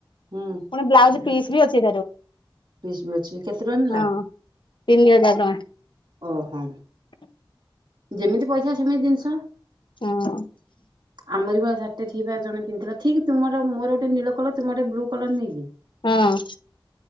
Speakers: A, on the right; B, on the left.
A: ହୁଁ
B: ପୁଣି ବ୍ଲାଉଜ ପିସ୍ ବି ଅଛି।
A: ପିସ୍ ବି ଅଛି କେତେ ଟଙ୍କା ନେଲା?
B: ହଁ ତିନି ହଜାର ଟଙ୍କା।
A: ଓହୋ ଯେମିତି ପଇସା ସେମିତି ଜିନିଷ।
B: ହଁ।
A: ଆମରି ଭଳିଆ ଶାଢ଼ୀ ଟା ଠିକ ଜଣେ ପିନ୍ଧିଥିଲା ଠିକ ତମର ମୋର ଗୋଟେ ନୀଳ କର ତୁମର ବ୍ଲୁ କଲର ନାହିଁ କି ହଁ।
B: ହଁ